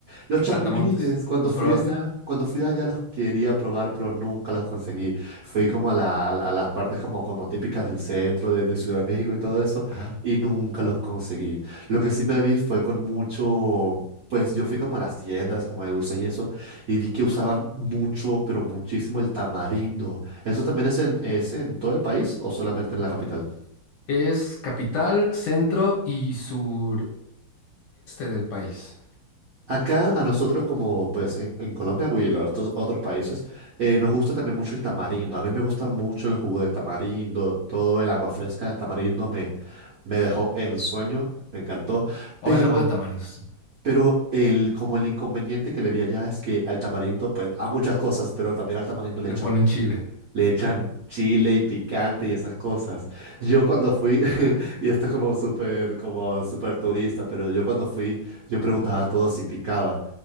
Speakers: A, on the right; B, on the left.
A: Los chapulines,
B: saltamontes.
A: cuando
B: ¿Los
A: fui
B: probaste?
A: allá, cuando fui allá los quería probar, pero nunca los conseguí. Fui como a, la- a las partes como, como típicas del centro de, de Ciudad de México y todo eso,
B: Ajá.
A: y nunca los conseguí. Lo que sí me vi fue con mucho, pues yo fui como a las tiendas, como de dulces y eso, y vi que usaban mucho, pero muchísimo el tamarindo. ¿Eso también es en, es en todo el país o solamente en la capital?
B: Es capital, centro y sureste del país.
A: Acá a nosotros como pues en, en Colombia y en los otros, otros países eh, nos gusta también mucho el tamarindo. A mí me gusta mucho el jugo de tamarindo, todo el agua fresca de tamarindo me, me dejó en sueño, me encantó.
B: O
A: Pero,
B: el lago de Tamarindos.
A: pero el, como el inconveniente que le vi allá es que al tamarindo, pues a muchas cosas, pero también al tamarindo le
B: Le
A: echan
B: ponen chile.
A: le echan chile y picante y esas cosas. Yo cuando fui, <laughs> y esto es como súper, como súper turista, pero yo cuando fui, yo preguntaba a todos si picaba.